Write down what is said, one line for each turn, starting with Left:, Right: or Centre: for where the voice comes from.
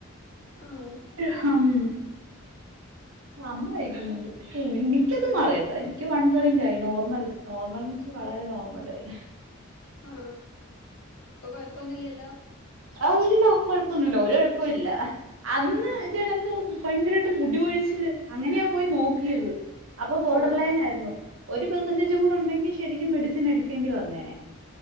Left: ആഹ്
Right: ഹം, അമ്മ കൈക്കുന്നുണ്ട്. പക്ഷേ എനിക്കത് മാറിയട്ടാ എനിക്ക് വൺ പോയിന്റ് ആയി, നോർമൽ നോർമൽന്ന് വെച്ചൽ വളരെ നോർമൽ ആയി.
Left: ആ, ഇപ്പോ കൊഴപ്പൊന്നുംല്ലല്ലോ?
Right: ആ, ഇല്ല കൊഴപ്പൊന്നുല്ല, ഒരു കൊഴപ്പമില്ല അന്ന്
Left: ആഹ്
Right: ഇത്ണക്ക് ഭയങ്കരമായിട്ട് മുടി കൊഴിച്ചിൽ അങ്ങനെയാ പോയി നോക്കിയത് അപ്പോ ബോർഡർ
Left: ആഹ്
Right: ലൈൻ ആയിരുന്നു. ഒരു പെർസെന്റേജും കൂടെ ഉണ്ടെങ്കിൽ ശരിക്കും മെഡിസിൻ എടുക്കേണ്ടി വന്നേനെ.